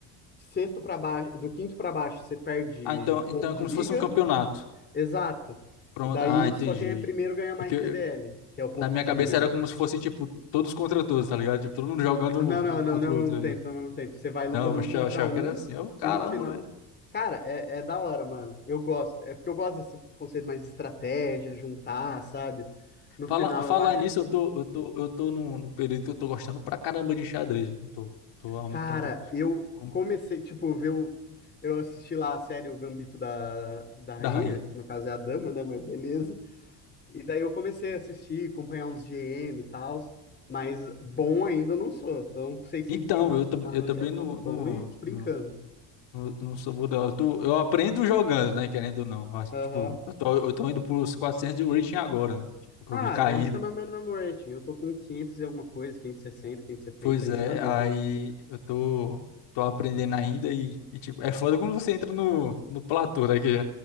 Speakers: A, on the left (about 25°); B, on the left (about 75°).
A: sexto para baixo, do quinto para baixo, você perde
B: Ah, então, então
A: ponto
B: é
A: de
B: como
A: liga.
B: se fosse um campeonato.
A: Exato.
B: Pronto.
A: Daí,
B: Ah, entendi.
A: só quem é primeiro ganha mais
B: Porque
A: PDL, que é o ponto
B: Na minha
A: de
B: cabeça
A: liga, né?
B: era como se fosse, tipo, todos contra todos, tá ligado? Tipo, todo mundo jogando
A: Não, não,
B: um contra
A: não, não é ao
B: o outro
A: mesmo
B: ali.
A: tempo, não é ao mesmo tempo. Você vai lutando
B: Não, eu achava,
A: um contra
B: achava
A: um
B: que era assim. Eu, caramba,
A: e no final.
B: velho.
A: Cara, é, é da hora, mano. Eu gosto. É porque eu gosto desse conceito mais de estratégia, juntar, sabe? No final
B: Fala, falar
A: eu acho
B: nisso,
A: que.
B: eu tô, eu tô, eu tô num, num período que eu tô gostando pra caramba de xadrez. Eu tô, tô aumentando
A: Cara, eu
B: o-
A: comecei, tipo, ver o. Eu assisti lá a série O Gambito da, da
B: da
A: Rainha,
B: rainha.
A: que no caso é a Dama, né? Mas beleza. E daí eu comecei a assistir, acompanhar uns GM e tal. Mas bom ainda eu não sou. Então, 600
B: Então, eu, tam-
A: lá
B: eu
A: no
B: também
A: chess.com
B: não, não,
A: e brincando.
B: não, não, não sou bom, não. Eu, tô, eu aprendo jogando, né? Querendo ou não. Eu acho,
A: Aham.
B: Tipo, eu tô, eu tô indo pros 400 de rating agora, né? Tipo, que
A: Ah,
B: eu vim caindo.
A: então a gente tá mais ou menos no mesmo rating. Eu tô com 500 e alguma coisa, quinhentos quinhentos e sessenta, quinhentos e setenta.
B: Pois
A: a gente
B: é,
A: tá ali
B: aí
A: junto.
B: eu tô, tô aprendendo ainda e, e, tipo, é foda quando você entra no, no platô daqui.